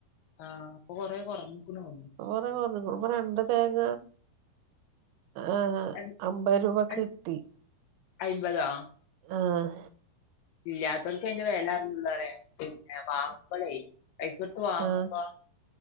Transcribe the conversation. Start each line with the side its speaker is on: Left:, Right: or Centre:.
Left: ആഹ് പ്പൊ കൊറേ കുറഞ്ഞ് ക്കുണോണുണ്
Right: പ്പ കുറ കുറഞ്കുണു. ഇപ്പ രണ്ട് തേങ്ങക്ക് ഏ
Left: അൻ
Right: അമ്പത് രൂപക്ക്
Left: അൻ
Right: കിട്ടി
Left: അയ്മ്പതോ
Right: ആഹ്
Left: ഇല്ലാതോൽ‌ക്ക യിന്റെ വേലറിള്ളൂ റ പിന്ന വാങ്ങുമ്പളേയ് പൈസോട്ത്ത് വാങ്ങുമ്പോ
Right: ആഹ്